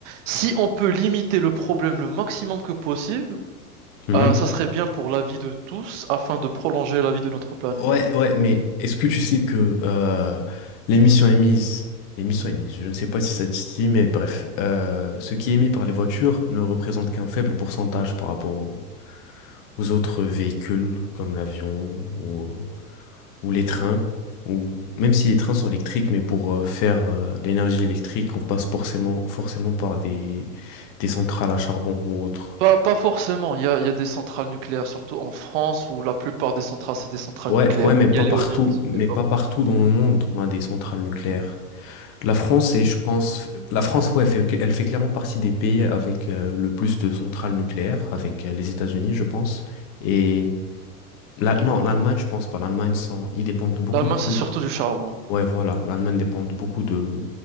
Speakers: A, on the right; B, on the left.
A: si on peut limiter le problème le maximum que possible,
B: mhm.
A: euh, ça serait bien pour la vie de tous afin de prolonger la vie de notre planète.
B: Ouais, ouais, mais est-ce que tu sais que euh, l'émission émise, l'émission émise, je ne sais pas si ça te dit, mais bref, euh, ce qui est émis par les voitures ne représente qu'un faible pourcentage par rapport au- aux autres véhicules comme l'avion ou, ou les trains, ou même si les trains sont électriques, mais pour euh, faire euh, l'énergie électrique, on passe forcément, forcément par des, des centrales à charbon ou autres.
A: Pas, pas forcément. Il y a, il y a des centrales nucléaires, surtout en France, où la plupart des centrales, c'est des centrales
B: Ouais,
A: nucléaires.
B: ouais, mais pas
A: Il y a l'éolien
B: partout,
A: qui se
B: mais
A: développe.
B: pas partout dans le monde, on a des centrales nucléaires. La France, et je pense, la France, ouais, elle fait, elle fait clairement partie des pays avec euh, le plus de centrales nucléaires, avec euh, les États-Unis, je pense. Et la- non, l'Allemagne, je pense pas. L'Allemagne, sans- ils dépendent beaucoup
A: L'Allemagne,
B: trop.
A: c'est surtout du charbon.
B: Ouais, voilà, l'Allemagne dépend beaucoup de